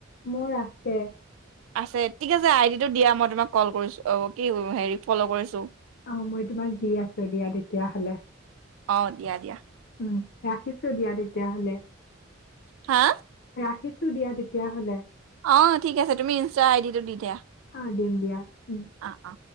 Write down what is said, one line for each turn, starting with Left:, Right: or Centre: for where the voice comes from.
Left: মোৰ আছে
Right: আছে ঠিক আছে আই ডি টো দিয়া মই তোমাক কল কৰিছো অ কি হেৰি। ফল্লো' কৰিছোঁ।
Left: অ মই তোমাক দি আছো দিয়া তেতিয়া হলে।
Right: অ দিয়া দিয়া।
Left: উম ৰাখিছো দিয়া তেতিয়াহলে।
Right: হা
Left: ৰাখিছো দিয়া তেতিয়াহলে
Right: অ ঠিক আছে তুমি ইনষ্টা আইডিটো দি দিয়া
Left: অ, দিম দিয়া উম।
Right: অ অ